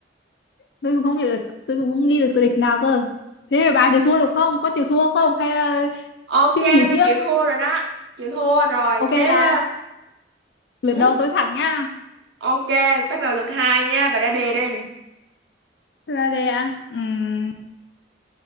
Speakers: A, on the left; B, on the right.
A: tôi cũng không hiểu được tôi cũng không nghĩ được từ địch nào cơ thế thì bà chịu thua được không có chịu thua không hay là
B: Ok,
A: suy nghĩ
B: tôi
A: tiếp
B: chịu thua rồi đó. Chịu thua rồi,
A: ok
B: thế...
A: là lượt
B: Ừ,
A: đầu tôi thẳng nha
B: ok, bắt đầu lượt hai nha, bà ra đề đi.
A: tôi ra đây à Ừm,